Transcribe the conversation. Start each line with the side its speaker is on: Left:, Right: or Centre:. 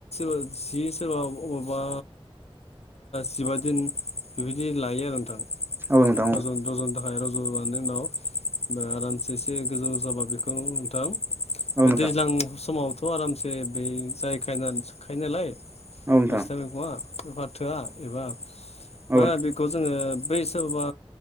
Left: ओ जि सोरबा अबबा जिबा दिन बेबायदि लायो आरो नोंथां
Right: औ नोंथां औ नोंथां
Left: रजनो
Right: औ
Left: रज'नो थाखाय रज'नायनि उनाव आरामसे एसे गोजौ जाबा बेखौ नोंथां
Right: औ
Left: बे दैज्लां समावथ' आरामसे बे जायखायो जाखायो नालाय
Right: नोंथां
Left: मैसथा मैगङा फाथोआ एबा मा
Right: औ
Left: होनो बेखौ जोङो बै सोरबा